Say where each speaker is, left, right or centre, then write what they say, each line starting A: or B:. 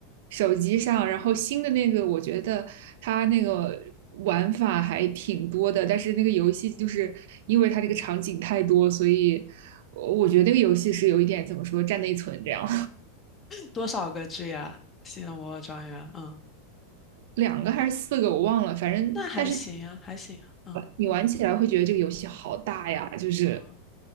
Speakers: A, on the right; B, on the left.
A: 手机上，然后新的那个，我觉得它那个玩法还挺多的，但是那个游戏就是因为它这个场景太多，所以我我觉得那个游戏是有一点怎么说占内存这样，
B: 多少个 G 啊？新的摩尔庄园，嗯，
A: <laughs> 两个还是四个我忘了，反正但是
B: 那还行啊，还行啊，嗯
A: 你玩起来会觉得这个游戏好大呀，就是。
B: 嗯，